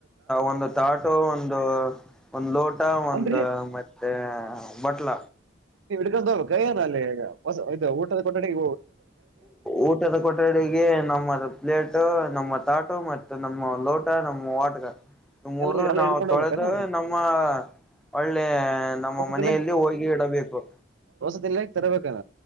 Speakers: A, in the centre; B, on the right.
A: ಒಂದು ತಾಟೋ ಒಂದು ಒಂದು ಲೋಟ ಒಂದು
B: ಅಲ್ರಿ
A: ಮತ್ತೆ ಬ ಅಟ್ಲ
B: ಈ ಎಡುಕಂತ ಕೈಯಾನಲ್ಲಗ ಊಟದ ಕೊಟಡಿಗೆ
A: ಊಟದ ಕೊಠಡಿಗೆ ನಮ್ಮತ್ ಪ್ಲೇಟ್ ನಮ್ಮತ್ ತಾಟು ಮತ್ತೆ ನಮ್ಮ ಲೋಟ ನಮ್ಮ ವಾಟಗ ಮೂರು
B: ಎಲ್ಲ ಎಲ್ಲ
A: ನಾವು
B: ಹಿಡ್ಕೊಂಡು
A: ತೊಳೆದ
B: ಹೋಗ್ಬೇಕಾನ
A: ನಮ್ಮ ಹೋಳ್ಳೆ ನಮ್ಮ
B: ವಸತಿ
A: ಮನೆಯಲ್ಲಿ ಹೋಗಿ ಇಡಬೇಕು
B: ಅಗ್ ತರಬೇಕಾರ